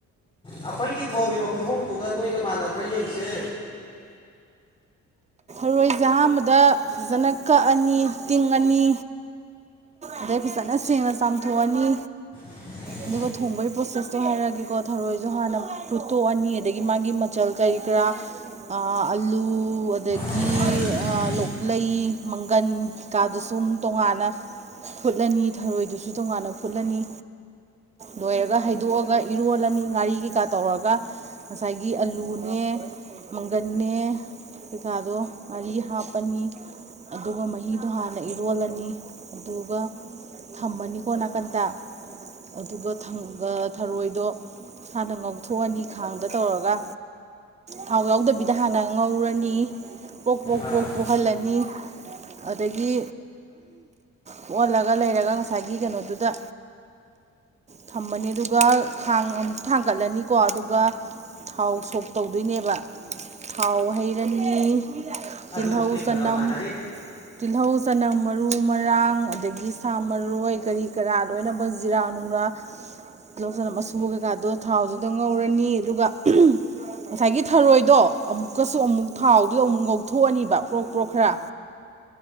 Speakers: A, on the left; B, on the right.
A: ꯑꯩꯈꯣꯏꯒꯤ ꯊꯣꯡꯉꯤꯕ ꯈꯨꯊꯣꯡꯗꯨꯒ ꯅꯣꯏꯒ ꯃꯥꯟꯅꯕ꯭ꯔꯥ ꯌꯦꯡꯁꯦ꯫
B: ꯊꯔꯣꯢꯁꯦ ꯑꯍꯥꯝꯕꯗ ꯐꯖꯅ ꯀꯛꯑꯅꯤ ꯇꯤꯡꯉꯅꯤ ꯑꯗꯩ ꯐꯖꯅ ꯁꯦꯡꯅ ꯆꯥꯝꯊꯣꯛꯑꯅꯤ
A: <unintelligible>
B: ꯑꯗꯨꯒ ꯊꯣꯡꯕꯒꯤ ꯄ꯭ꯔꯣꯁꯦꯁꯇꯣ ꯍꯥꯢꯔꯛꯑꯗꯤꯀꯣ ꯊꯔꯣꯢꯗꯣ ꯍꯥꯟꯅ ꯐꯨꯠꯇꯣꯛꯑꯅꯤ ꯑꯗꯒꯤ ꯃꯥꯒꯤ ꯃꯆꯜ ꯀꯔꯤ ꯀꯔꯥ ꯑ ꯑꯂꯨ ꯑꯗꯒꯤ
A: <unintelligible>
B: ꯂꯣꯛꯂꯩ ꯃꯪꯒꯟ ꯀꯥꯗ ꯁꯨꯝ ꯇꯣꯉꯥꯟꯅ ꯐꯨꯠꯂꯅꯤ ꯊꯔꯣꯏꯗꯢꯁꯨ ꯇꯣꯉꯥꯟꯅ ꯐꯨꯠꯂꯅꯤ ꯂꯣꯢꯔꯒ ꯍꯩꯗꯣꯛꯑꯒ ꯏꯔꯣꯜꯂꯅꯤ ꯉꯥꯔꯤ ꯀꯩꯀꯥ ꯇꯧꯔꯒ ꯉꯁꯥꯏꯒꯤ ꯑꯂꯨꯅꯦ ꯃꯪꯒꯟꯅ ꯀꯩꯀꯥꯗꯣ ꯉꯥꯔꯤ ꯍꯥꯞꯄꯅꯤ ꯑꯗꯨꯒ ꯃꯍꯤꯗꯣ ꯍꯥꯟꯅ ꯏꯔꯣꯜꯂꯅꯤ ꯑꯗꯨꯒ ꯊꯝꯃꯅꯤꯀꯣ ꯅꯥꯀꯟꯗ ꯑꯗꯨꯒ ꯊꯪꯒ ꯊꯔꯣꯢꯗꯣ ꯍꯥꯟꯅ ꯉꯧꯊꯣꯛꯑꯅꯤ ꯈꯥꯡꯗ ꯇꯧꯔꯒ ꯊꯥꯎ ꯌꯥꯎꯗꯕꯤꯗ ꯍꯥꯟꯅ ꯉꯧꯔꯅꯤ ꯄꯣꯛ ꯄꯣꯛ
A: ꯑꯥ
B: ꯄꯣꯛ ꯄꯨꯣꯛꯍꯜꯂꯅꯤ ꯑꯗꯒꯤ ꯄꯣꯛꯑꯜꯂꯒ ꯂꯩꯔꯒ ꯉꯁꯥꯢꯒꯤ ꯀꯩꯅꯣꯗꯨꯗ ꯊꯝꯃꯅꯤ ꯑꯗꯨꯒ ꯈꯥꯡ ꯑꯃꯨꯛ ꯊꯥꯡꯒꯠꯂꯅꯤꯀꯣ ꯑꯗꯨꯒ ꯊꯥꯎ ꯁꯣꯛ ꯇꯧꯗꯣꯢꯅꯦꯕ ꯊꯥꯎ ꯍꯩꯔꯅꯤ ꯇꯤꯜꯍꯧ
A: ꯑꯗꯨꯕꯨꯛꯇꯤ
B: ꯆꯅꯝ
A: ꯈꯔ ꯈꯔ ꯃꯥꯟꯅꯔꯤ
B: ꯇꯤꯜꯍꯧ ꯆꯅꯝ ꯃꯔꯨ ꯃꯔꯥꯡ ꯑꯗꯒꯤ ꯁꯥ ꯃꯔꯣꯢ ꯀꯔꯤ ꯀꯔꯥ ꯂꯣꯢꯅꯃꯛ ꯖꯤꯔꯥ ꯅꯅꯨꯡꯔꯥ ꯇꯤꯜꯍꯧ ꯆꯅꯝ ꯑꯁꯨꯕ ꯀꯩꯀꯥꯗꯣ ꯊꯥꯎꯖꯤꯗ ꯉꯧꯔꯅꯤ ꯑꯗꯨꯒ ꯉꯁꯥꯢꯒꯤ ꯊꯔꯣꯢꯗꯣ ꯑꯃꯨꯛꯀꯁꯨ ꯑꯃꯨꯛ ꯊꯥꯎ ꯂꯨꯝ ꯉꯧꯊꯣꯛꯑꯅꯤꯕ ꯄ꯭ꯔꯣꯛ ꯄ꯭ꯔꯣꯛ ꯈꯔ